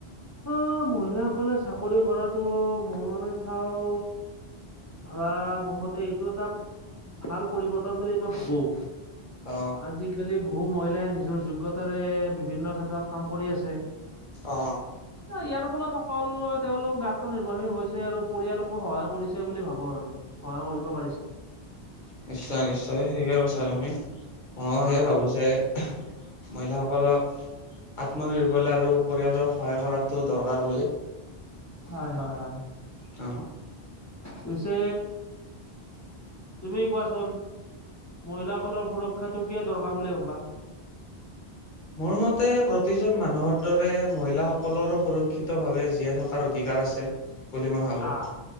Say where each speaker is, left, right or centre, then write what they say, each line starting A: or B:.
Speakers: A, on the left; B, on the left.
A: অ মহিলাসকলে চাকৰি কৰাটো মই চাও ধৰা মোৰ মতে এইটো এটা ভাল পৰিৱৰ্তন বুলি মই ভাবো।
B: অ
A: আজিকালি বহু মহিলাই নিজৰ যোগ্যতাৰে বিভিন্ন ক্ষেত্ৰত কাম কৰি আছে।
B: অ।
A: ন ইয়াৰ ফলত সকলোৱে তেওঁলোক আত্মনিৰ্ভৰশীল হৈছে আৰু পৰিয়ালকো সহায় কৰিছে বুলি ভাবো আৰু। সহায় কৰিব পাৰিছে।
B: নিশ্চয় নিশ্চয় থিকে কৈছা তুমি। ময়ো
A: হয়
B: সেয়ে
A: হয়
B: ভাবো যে মহিলাসক আত্মনিৰ্ভৰশীল আৰু পৰিয়ালক সহায় কৰাটো দৰকাৰ বুলি।
A: হয় হয় হয়।
B: অ।
A: পিছে তুমি কোৱাচোন? মহিলাসকলৰ সুৰক্ষাটো কিয় দৰকাৰ বুলি ভবা?
B: মোৰ মতে প্ৰতিজন মানুহত দৰে মহিলাসকলৰো সুৰক্ষিতভাৱে জীয়াই থকাৰ অধিকাৰ আছে। বুলি মই ভাবো
A: আহ